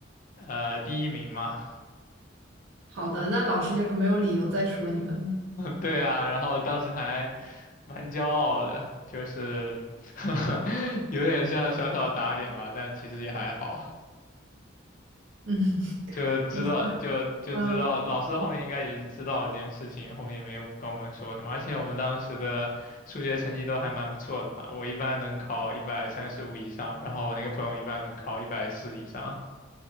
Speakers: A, on the left (about 45°); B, on the right (about 85°).
A: 呃第一名嘛，
B: 好的，那老师就没有理由再说你们了。
A: 对啊，然后当时还蛮骄傲的，就是 <laughs> 有点像小小打点吧，但其实也还好，
B: 嗯，<laughs>
A: 就知道就就知道老师后面应该也是知道这件事情，
B: 我想嗯
A: 后面也没有跟我们说什么，而且我们当时的数学成绩都还蛮不错的吧，我一般能考一百三十五以上，然后我那个朋友一般能考一百四以上。